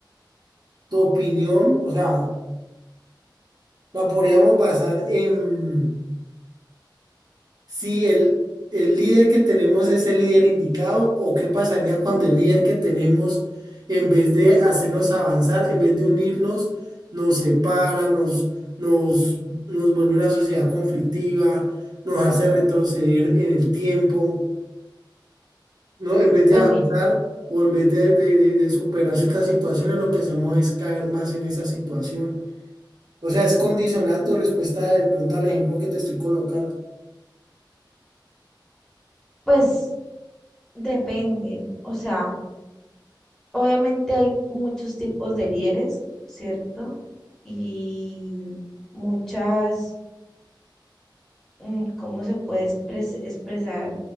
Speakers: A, on the right (about 55°); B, in the centre.
A: tu opinión, o sea, la podríamos basar en si el, el líder que tenemos es el líder indicado o qué pasaría cuando el líder que tenemos, en vez de hacernos avanzar, en vez de unirnos, nos separa, nos, nos, nos vuelve una sociedad conflictiva, nos hace retroceder en el tiempo, ¿no? En vez de
B: Pues
A: avanzar
B: mira,
A: o en vez de, de, de- de superar ciertas situaciones, lo que hacemos es caer más en esa situación. O sea, es condicionar tu respuesta de pronto al ejemplo que te estoy colocando.
B: pues depende. O sea, obviamente hay muchos tipos de líderes, ¿cierto? Y muchas, mm, ¿cómo se puede expres- expresar